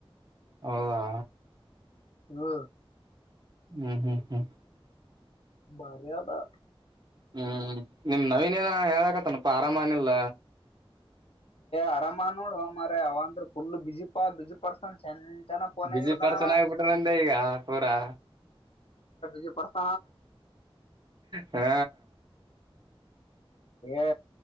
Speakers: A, on the right; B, on the left.
A: ಹೌದಾ
B: ಹ್ಮ
A: ಹ್ಮ್ ಹ್ಮ್ ಹ್ಮ್
B: ಮರ್ಯಾದಾ
A: ಹ್ಮ್ ನಿಮ ನವೀನ್ ಏನ ಹೇಳಾಕತ್ತನಪ್ಪ ಆರಾಮನಿಲ್ಲ
B: ಆರಾಮ ನೋಡ ಮ ಅವ ಅಂದ್ರ ಫುಲ್ಲ ಬಜ ಪಜ ಪರ್ಸ ಚಂದ ಚನ ಪೋನ
A: ಬಿಜಿ
B: ಆಗರದನವ
A: ಪರ್ಸನ್ ಆಗ್ಬಿಟ್ರಂದೆ ಈಗ ಪೂರಾ
B: ಬಿಜ ಪಡ್ಸ
A: ಹಾ,
B: ಏ